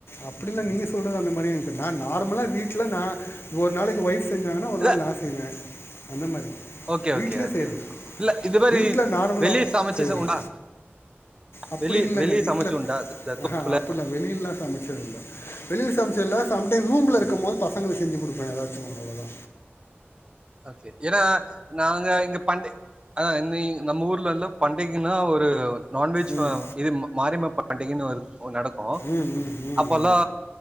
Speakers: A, on the left; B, on the right.
A: அப்டிலா நீங்க சொல்றது அந்த மாரி எனக்கு நா நார்மலா வீட்ல நா ஒரு நாளைக்கு ஒய்ஃப் செஞ்சாங்கன்னா ஒரு
B: இல்ல
A: நாள் நா செய்வே அந்த மாரி
B: ஓகே
A: வீட்லே
B: ஓகே ஓகே
A: செய்றது
B: இல்ல இது மாரி
A: வீட்ல நார்மலா
B: வெளிய சமைச்சு
A: செய்றது
B: ச உண்டா
A: அப்டி
B: வெளிய
A: இல்லங்க
B: வெளிய
A: வீட்ல
B: சமைச்சு உண்டா இந்த தோப்புல
A: அஹ அப்புட்லா வெளியில்லா சமச்சது இல்ல வெளியில சமச்சது இல்ல சம் டைம் ரூம்ல இருக்கம் போது பசங்களுக்கு செஞ்சி குடுப்பே எதாச்சு அவ்ளோதா
B: ஓகே ஏன்னா நாங்க இங்க பண்டி அ நீங் நம்ம ஊர்ல எல்லா பண்டிகின்னா ஒரு நான்வெஜ்
A: ம்
B: ஃப இது மாரிம்ம ப பண்டிகன்னு வருது ஓ நடக்கு
A: ம் ம் ம்
B: அப்பல்லா
A: ம்